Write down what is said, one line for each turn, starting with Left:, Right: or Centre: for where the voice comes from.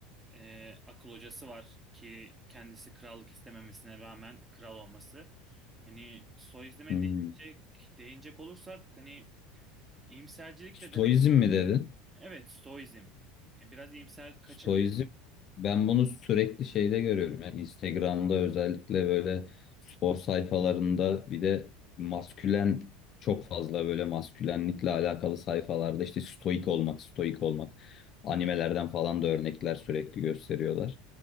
Right: e, akıl hocası var ki kendisi krallık istememesine rağmen kral olması. Hani Stoizm'e
Left: Hı.
Right: değinecek, değinecek olursak hani iyimsercilik
Left: Stoizm
Right: de demek
Left: mi dedin?
Right: evet Stoizm. Yani biraz iyimser kaçabiliriz.
Left: Stoizm ben bunu sürekli şeyde görüyorum. Yani Instagram'da özellikle böyle spor sayfalarında bir de maskülen çok fazla böyle maskülenlikle alakalı sayfalarda işte stoik olmak, stoik olmak. Animelerden falan da örnekler sürekli gösteriyorlar.